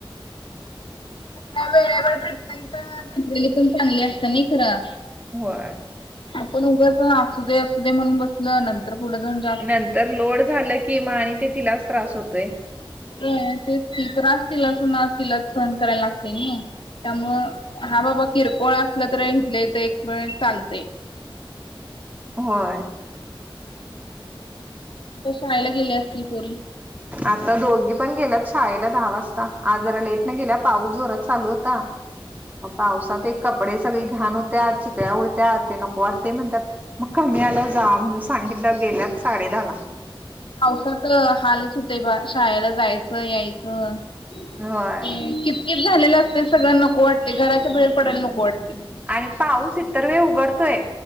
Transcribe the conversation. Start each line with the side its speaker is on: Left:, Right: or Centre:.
Left: का वेळेवर ट्रीटमेंट घेतलेली पण चांगली असत ना खरं,
Right: होय.
Left: आपण उगाच असू दे असूद म्हणून बसल नंतर पुढं जाऊ.
Right: नंतर लोड झालं कि माहिती आणि ते तिलाच त्रास होतोय.
Left: होय तेच तर त्रास तिलाच होणार तिलाच सहन करायला लागते ना. त्यामुळ हा बाबा किरकोळ असला तररी इथलंयथ एक वेळस चालत.
Right: होय.
Left: आता शायला गेले असतील पोरी.
Right: आता दोघी. पण गेलात शाळेला दहा वाजता आज जरा लेट न गेल्या पाऊस जोरात चालू होता. मग पावसात एक कपडे सगळी घाण होत्या चिकळ्या उडत्या ते नको वाटते म्हणतात. मग कमी आलं जा म्हणून सांगितलं गेल्या साडे दहा ला.
Left: पावसाात हालच होत बा शाळेला जायचं यायचं.
Right: होय
Left: ते कितकित झालेलं असते सगळंना नको वाटते घराच्या बाहेर पडायला नको वाटते.
Right: आणि पाऊस इतर वेळ उघडतोय.